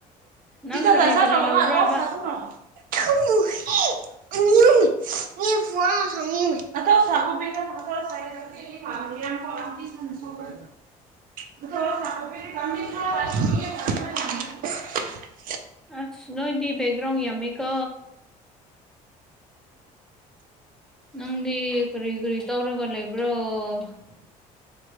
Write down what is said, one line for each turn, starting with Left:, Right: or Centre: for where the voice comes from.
Right: <unintelligible>
Centre: ꯅꯪ ꯀꯔꯤ ꯀꯔꯤ ꯂꯧꯕ꯭ꯔꯕ
Right: <unintelligible> <unintelligible> <unintelligible>
Centre: ꯑꯥꯁ ꯑꯅꯣꯏꯗꯤ ꯕꯦꯛꯒ꯭ꯔꯥꯎ ꯌꯥꯝꯃꯤꯀ ꯅꯪꯗꯤ ꯀꯔꯤ ꯀꯔꯤ ꯇꯧꯔꯒ ꯂꯩꯕ꯭ꯔꯣ ꯑꯣ